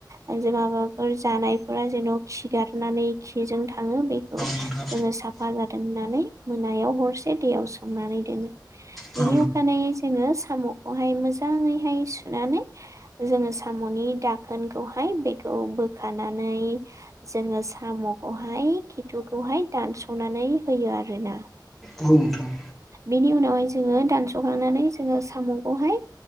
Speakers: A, on the right; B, in the centre.
A: ओ जे माबाफोर जानायफोरा जेन' खिगारनानै खिजों थाङो बेखौ
B: नोंथां
A: जोङो साफा जाथों होननानै मोनायाव हरसे दैयाव सोमनानै दोनो बेनि
B: औ नोंथां औ
A: अखायै यै जोङो साम'खौहाय मोजाङैहाय सुनानै जोङो साम'नि दाखोनखौ हाय बेखौ बोखानानै जोङो साम'खौहाय खिथुखौहाय दानस'नानै होयो आरोना।
B: औ नोंथां
A: बेनि उनावहाय जोङो दानस'खांनानै जोङो साम'खौहाय।